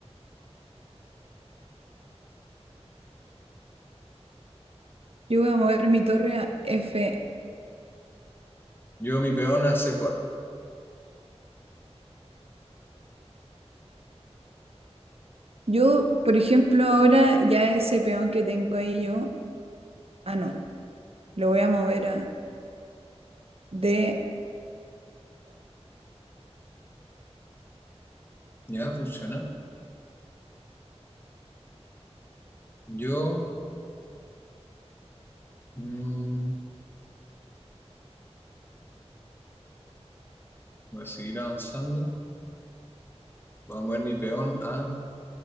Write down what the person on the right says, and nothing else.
Yo voy a mover mi torre a F8.
Yo, por ejemplo, ahora ya ese peón que tengo ahí yo... Ah, no. Lo voy a mover a D4.